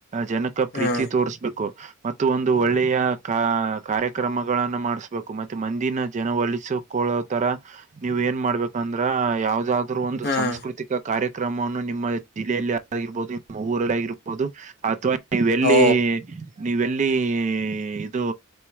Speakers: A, on the right; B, on the left.
A: ಜನಕ್. ಪ್ರೀತಿ
B: ಹ್ಮ್
A: ತೋರ್ಸಬೇಕು ಮತ್ತು ಒಂದು ಒಳ್ಳೆಯ ಕಾ. ಕಾರ್ಯಕ್ರಮಗಳನ್ನ ಮಾಡಿಸ್ಬೇಕು ಮತ್ತೆ ಮಂದಿನ ಜನ ಒಲಿಸಿಕೊಳ್ಳೋ ತರಾ ನೀವು ಎನ ಮಾಡಬೇ. ಅಂದ್ರ ಯಾವದಾದ್ರರ ಒಂದು
B: ಹ್ಮ್
A: ಸಾಂಸ್ಕೃತಿಕ ಕಾರ್ಯ್ರ. ಕ್ರಮವನ್ನು ನಿಮ್ಮ ಜಿಲ್ಲೆಯಲ್ಲಿ ಆಗಿರಬಹದು ನಿಮ್ಮ ಊರಲ್ಲಿ ಆಗಿರಬಹುದು ಅಥವಾ. ನೀವ ಎಲ್ಲಿ
B: ಓ
A: ನೀವ ಎಲ್ಲಿ ಇದು.